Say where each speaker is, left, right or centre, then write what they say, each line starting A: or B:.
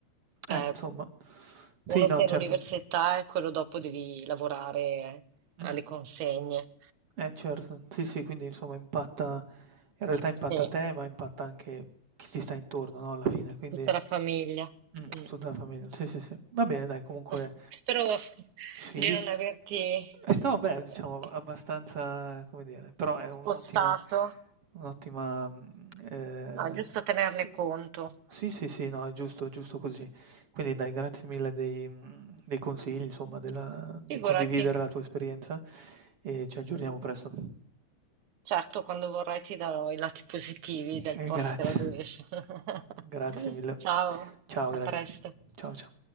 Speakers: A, on the right; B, on the right.
A: Eh,
B: Cioè,
A: insomma. Sì,
B: uno
A: no,
B: sei
A: certo.
B: in università e quello dopo devi lavorare
A: Mh.
B: alle consegne.
A: Eh, certo. Sì, sì, quindi insomma impatta in realtà impatta
B: Sì,
A: te, ma impatta anche chi ti sta intorno, no, alla fine, quindi
B: tutta la famiglia.
A: mh,
B: Mm.
A: tutta la famiglia. Sì, sì, sì. Va bene dai, comunque
B: Ma s- Spero
A: Sì.
B: di non averti
A: E no, beh, diciamo
B: eh,
A: abbastanza, come dire, però è un'ottima
B: spostato.
A: un'ottima, mhmm, ehm,
B: No, è giusto tenerne
A: i
B: conto.
A: sì, sì, sì, no, è giusto, è giusto così. Quindi dai, grazie mille dei mhmm, dei consigli, insomma, della del
B: Figurati.
A: condividere la tua esperienza e ci aggiorniamo presto.
B: Certo, quando vorrai ti darò i lati positivi del
A: E
B: post-graduation.
A: grazie, <laughs>
B: <laughs>
A: grazie mille.
B: Ciao,
A: Ciao,
B: a
A: grazie.
B: presto.
A: Ciao, ciao.